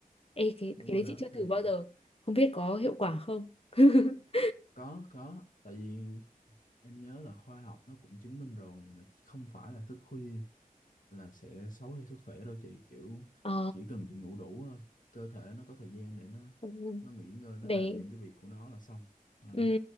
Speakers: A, on the left (about 40°); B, on the left (about 60°).
A: Ê cái
B: đúng
A: cái
B: rồi
A: đấy
B: đó
A: chị chưa thử
B: thì
A: bao giờ. Không biết có hiệu quả không? <laughs>
B: có có tại vì em nhớ là khoa học nó cũng chứng minh rồi là không phải là thức khuya là sẽ xấu cho sức khỏe đâu chị kiểu
A: Ờ,
B: chỉ cần chị ngủ đủ thôi cơ thể nó có thời gian để nó
A: ừ,
B: nó nghỉ ngơi nó
A: để
B: làm những cái việc của nó là xong đó
A: ừ,